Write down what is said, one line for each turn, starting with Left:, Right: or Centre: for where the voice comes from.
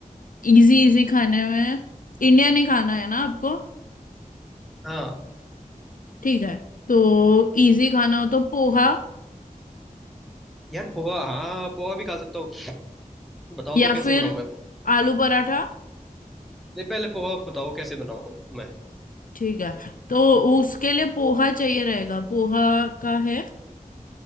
Left: इजी इजी खाने में इंडियन ही खाना है ना आपको
Centre: हाँ
Left: ठीक है तो इजी खाना हो तो पोहा
Centre: यार पोहा हाँ पोहा भी खा सकता हूँ बताओ
Left: या
Centre: तो कैसे
Left: फिर
Centre: बनाऊँ मैं
Left: आलू पराठा
Centre: नहीं पहले पोहा बताओ कैसे बनाऊँ मैं
Left: ठीक है तो उसके लिए पोहा चाहिए रहेगा पोहा का है